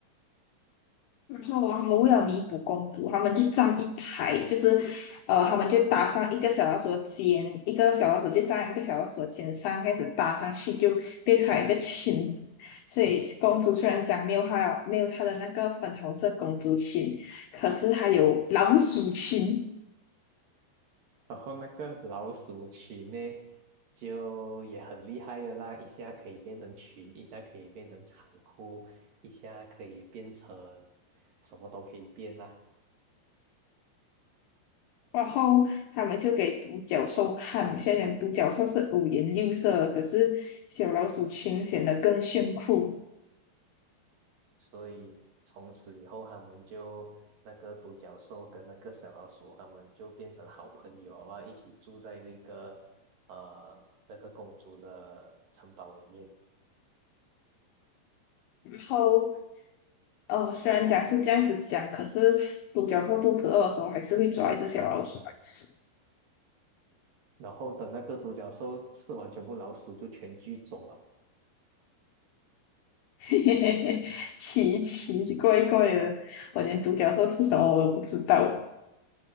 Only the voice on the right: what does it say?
然后那个老鼠群呢，就也很厉害的啦，一下可以变成群，一下可以变成长裤，一下可以变成什么都可以变啦。
所以从此以后，他们就那个独角兽跟那个小老鼠，他们就变成好朋友啊，一起住在这个呃那个公主的城堡里面。
然后等那个独角兽吃完全部老鼠，就全剧终了。